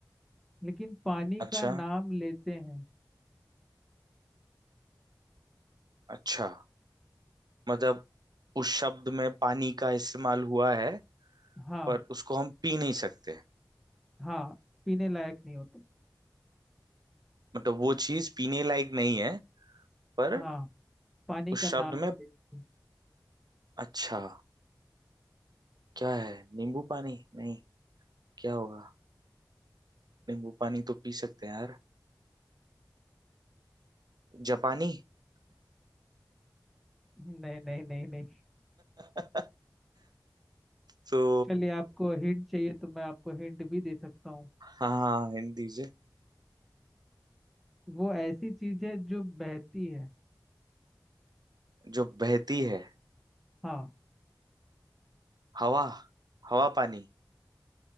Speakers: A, in the centre; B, on the right.
A: लेकिन पानी
B: अच्छा
A: का नाम लेते हैं
B: अच्छा मतलब उस शब्द में पानी का इस्तेमाल हुआ है
A: हाँ
B: पर उसको हम पी नहीं सकते
A: हाँ पीने लायक नहीं होते
B: मतलब वो चीज पीने लायक नहीं है पर
A: हाँ पानी
B: उस
A: का नाम
B: शब्द
A: लेते
B: में
A: हैं।
B: अच्छा क्या है नींबू पानी नहीं क्या होगा नींबू पानी तो पी सकते हैं यार जापानी
A: नहीं नहीं नहीं नहीं
B: <laughs> तो
A: चलिए आपको हिंट चाहिए तो मैं आपको हिंट भी दे सकता हूँ
B: हाँ हिंदी से
A: वो ऐसी चीज है जो बहती है
B: जो बहती है
A: हाँ
B: हवा हवा पानी